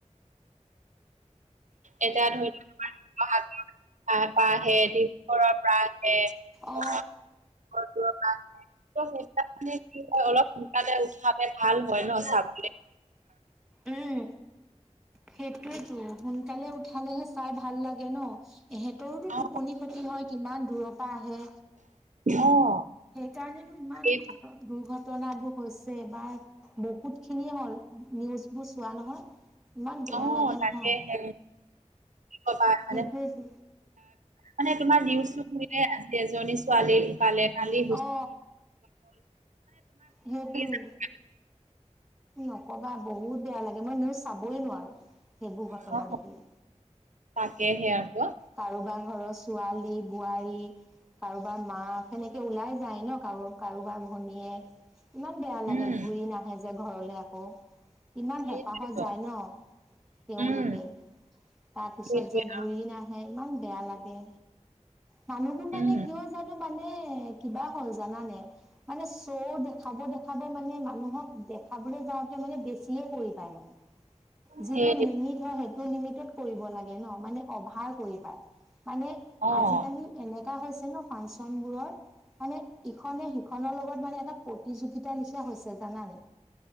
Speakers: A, on the right; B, in the centre.
A: এতিয়া ধৰি লওক <unintelligible> আহে ডিব্ৰগড়ৰ পৰা আহে বহুত
B: অ
A: দূৰৰ পৰা আহে ত সেই কাৰণে কি হয় অলপ সোনকালে উঠালে ভাল হয় ন চাবলে
B: উম সেইটোয়তো সোনকালে উঠালেহে চাই ভাল লাগে ন এহেঁতৰোতো
A: অ
B: টোপনি ক্ষতি হয় কিমান দূৰৰ পৰা আহে
A: অ
B: সেই কাৰণেতটো ইমান
A: একদম
B: ঘটনা দুৰ্ঘটনা ঘটনাবোৰ হৈছে বা বহুতখিনিয়ে হ'ল নিউজবোৰ চোৱা নহয় ইমান বেয়া
A: অ
B: লাগে নহয়
A: তাকে হে কি কবা
B: সেইটোৱেতো
A: মানে মানে তোমাৰ নিউজ খুলিলে আজি এজনী ছোৱালী কালে কালি
B: অ সেইটোৱে
A: <unintelligible>
B: নকবা বহুত বেয়া লাগে মই নিউজ চাবই নোৱাৰো সেইবোৰ ঘটনা
A: যাব ন
B: দেখিলে
A: <unintelligible>
B: কাৰোবাৰ ঘৰৰ ছোৱালী বোৱাৰী কাৰোবাৰ মাক সেনেকে ওলাই যায় ন কাৰো কাৰোবাৰ ভনীয়ে। ইমান বেয়া
A: উম
B: লাগে ঘূৰি নাহে যে ঘৰলে আকৌ ইমান
A: সেইটোৱেতো
B: হেঁপাহত যায় ন তেওঁলোকে।
A: উম
B: তাৰ পিছত
A: সেইটোৱে
B: যে
A: আৰু।
B: ঘূৰি না ইমান বেয়া লাগে মানুহবোৰ মানে
A: উম
B: কিয় জানো। মানে কিবা হ'ল জানানে মানে চ' দেখাব দেখাব মানে মানুহক। চাবলৈ যাওঁতে মানে বেছিয়ে পৰি পায় মানে। যিটো
A: সেই
B: লিমিট হয় সেইটো লিমিটত কৰিব লাগে ন'? মানে অভাৰ কৰি পায়। মানে
A: অ',
B: আজিকালি এনে- কা হৈছে ন' ফাংচন বোৰৰ, মানে ইখনে সিখনৰ লগত মানে এটা- প্ৰতিযোগিতা লিখিয়া হৈছে। জানানে?